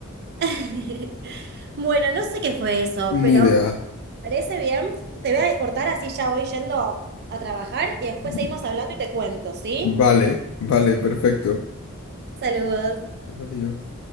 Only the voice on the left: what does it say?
Ni idea.
Mm,
Vale, vale, perfecto.
Adiós.